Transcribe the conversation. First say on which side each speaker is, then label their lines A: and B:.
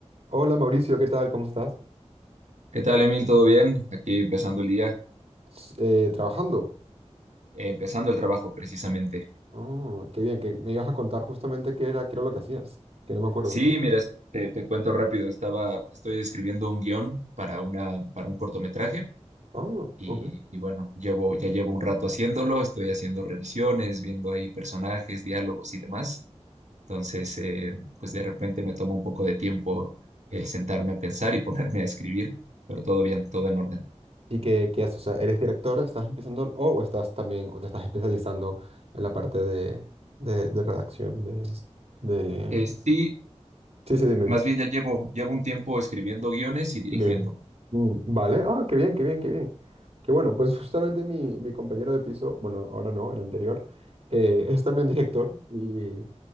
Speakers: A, on the right; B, on the right.
A: Hola Mauricio, ¿qué tal? ¿Cómo estás?
B: ¿Qué tal, Emil? ¿Todo bien? Aquí empezando el día,
A: S- eh, ¿trabajando?
B: eh, empezando el trabajo precisamente.
A: Oh, qué bien, que me ibas a contar justamente qué era, qué era lo que hacías, que no me acuerdo.
B: Sí, mira, es- te, te cuento rápido, estaba, estoy escribiendo un guión para una, para un cortometraje
A: Oh,
B: y,
A: ok.
B: y bueno, llevo, ya llevo un rato haciéndolo, estoy haciendo revisiones, viendo ahí personajes, diálogos y demás. Entonces, eh, pues de repente me toma un poco de tiempo el sentarme a pensar y <laughs> ponerme a escribir, pero todo bien, todo en orden.
A: ¿Y qué, qué haces? O sea, ¿eres director? ¿Estás empezando? O o estás también, o te estás especializando en la parte de, de, de redacción, de, de...
B: Eh, sí,
A: Sí, sí, dime.
B: más bien ya llevo, llevo un tiempo escribiendo guiones y dirigiendo.
A: dime. Ok. Mm, Vale, ah, qué bien, qué bien, qué bien. Qué bueno, pues justamente mi, mi compañero de piso, bueno, ahora no, el anterior, eh, es también director y.